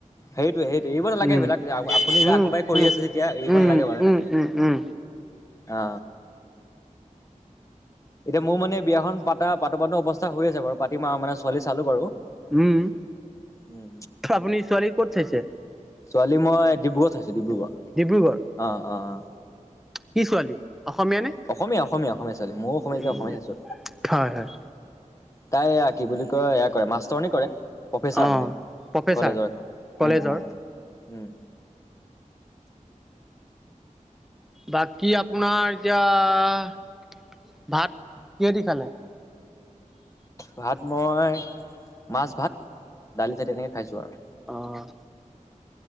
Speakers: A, on the left (about 25°); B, in the centre.
A: সেইটোয়ে সেইটোৱেই এৰিব নালাগে
B: উম।
A: সেবিলাক আপুনি যে
B: উম,
A: আগৰ পাই কৰি
B: উম,
A: আছে যেতিয়া এৰিব
B: উম,
A: নালাগে বাৰু।
B: উম উম।
A: অ এতিয়া মোৰ মানে বিয়াখন পাতা পাতো পাতো অৱস্থা হৈ আছে বাৰু পাতিম আও মানে ছোৱালী চালো বাৰু।
B: উম
A: উম
B: আপুনি ছোৱালী কত চাইছে?
A: ছোৱালী মই ডিব্ৰুগড়ত চাইছো ডিব্ৰুগড়
B: ডিব্ৰুগড়।
A: অ অ অ।
B: কি ছোৱালী? অসমীয়া নে?
A: অসমীয়া অসমীয়া অসমীয়া ছোৱালী ময়ো অসমীয়া
B: হয়,
A: যেতিয়া অসমীয়া চাইছো।
B: হয়,
A: তাই এয়া কি বুলি কয় এয়া কৰে মাষ্টৰনী কৰে প্ৰফেচাৰ
B: অ',
A: মানে।
B: প্ৰফেচাৰ
A: কলেজৰ এখন
B: কলেজৰ।
A: উম উম উম।
B: বাকী আপোনাৰ এতিয়া ভাত? কিহেদি খালে?
A: ভাত মই মাছ ভাত দালি চালি এনেকে খাইছো আৰু।
B: অ'